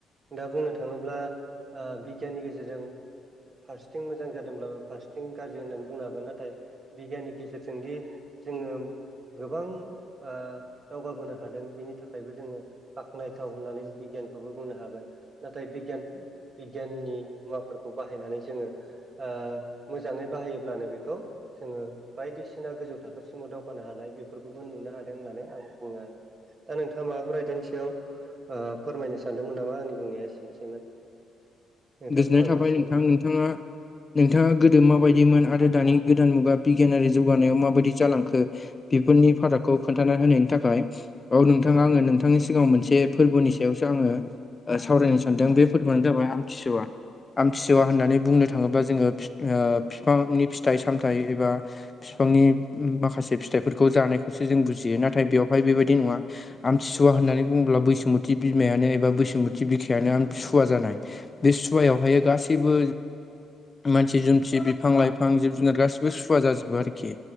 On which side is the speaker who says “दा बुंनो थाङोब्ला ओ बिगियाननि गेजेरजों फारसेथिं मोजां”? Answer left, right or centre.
Right